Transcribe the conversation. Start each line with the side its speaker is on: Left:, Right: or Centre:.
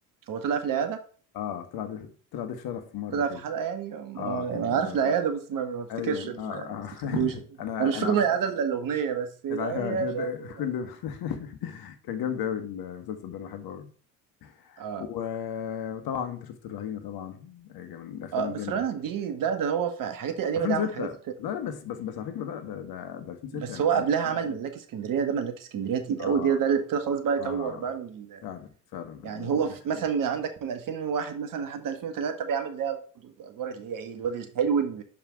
Right: هو طلع في العياده
Left: اه طلع ضيف طلع ضيف شرف في مرة
Right: طلع
Left: كده
Right: في حلقه يعني ما-
Left: اه كان
Right: انا عارف
Left: آه
Right: العياده بس ما ما افتكرش
Left: ايوه
Right: ال-
Left: اه, آه.
Right: ما افتكرلوش
Left: <laughs> انا
Right: انا مش فاكر
Left: انا عارف
Right: من العياده الا الاغنيه بس العياده
Left: العيادة ده
Right: في العيادة.
Left: كل <laughs> كان جامد قوي المسلسل ده انا بحبه قوي
Right: اه
Left: و- وطبعا انت شفت الرهينة طبعا آه، من الافلام
Right: اه
Left: الجامدة
Right: بس فرنك دي ده ده هو في الحاجات القديمه
Left: 2006
Right: دي عمل حاجات
Left: لا لا بس بس بس على فكرة ده ده ده, ده 2006
Right: بس
Left: يعني يعتبر
Right: هو قبلها عمل
Left: قديم قوي
Right: ملاك اسكندريه ده ملاك اسكندريه تقيل قوي
Left: اه
Right: ده ده اللي ابتدى خلاص بقى يطور
Left: اه
Right: بقى من
Left: فعلا فعلا ال-
Right: يعني
Left: ال-
Right: هو في مثلا من عندك من 2001 مثلا لحد 2003 بيعمل اللي هي الادوار اللي هي ايه الواد الحلو